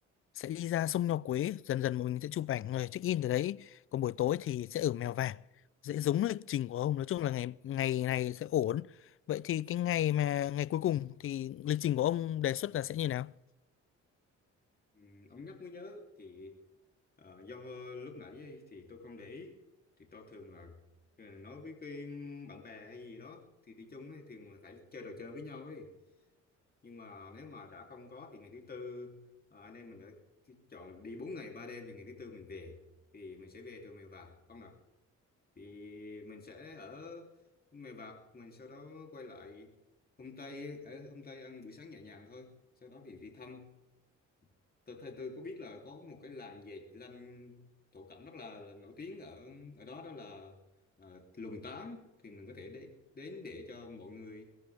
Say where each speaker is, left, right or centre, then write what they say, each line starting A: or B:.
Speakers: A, on the left; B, on the left.
A: sẽ đi ra sông Nho Quế dần dần mình sẽ chụp ảnh rồi check in từ đấy còn buổi tối thì sẽ ở Mèo Vạc dễ giống lịch trình của ông nói chung là ngày ngày này sẽ ổn vậy thì cái ngày mà ngày cuối cùng thì lịch trình của ông đề xuất là sẽ như nào
B: Ừm, ông nhắc mới nhớ thì ờ, do lúc nãy ấy, thì tôi không để ý thì tôi thường là ờ, nói với cái bạn bè hay gì đó thì đi chung ấy, thường là phải chơi trò chơi với nhau ấy nhưng mà nếu mà đã không có thì ngày thứ tư ờ, anh em mình đã chọn đi bốn ngày ba đêm thì ngày thứ tư mình về thì mình sẽ về từ Mèo Vạc ông nào thì mình sẽ ở Mèo Vạc mình sau đó quay lại hôm Tây ở hôm Tây ăn buổi sáng nhẹ nhàng thôi sau đó thì đi thăm tôi thấy tôi có biết là có một cái làng dệt lanh thổ cẩm rất là, là nổi tiếng ở ở đó đó là ờ, Lùng Tám thì mình có thể đế, đến để cho mọi người